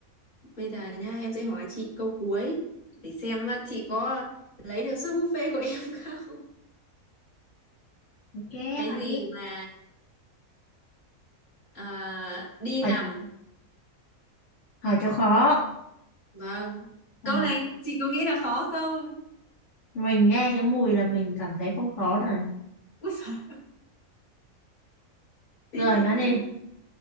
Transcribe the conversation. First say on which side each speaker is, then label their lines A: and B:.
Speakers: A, on the left (about 85°); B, on the left (about 55°).
A: bây giờ nha em sẽ hỏi chị câu cuối để xem uh, chị có lấy được suất buffet của em không
B: ok
A: cái
B: hỏi
A: gì
B: đi
A: mà ờ, đi
B: hỏi
A: nằm
B: hỏi cho khó
A: vâng
B: Ờ,
A: câu này chị có nghĩ là khó không
B: Mình nghe cái mùi là mình cảm thấy không khó rồi.
A: Úi giời, thế
B: Rồi
A: thì
B: nói
A: em
B: đi,
A: chết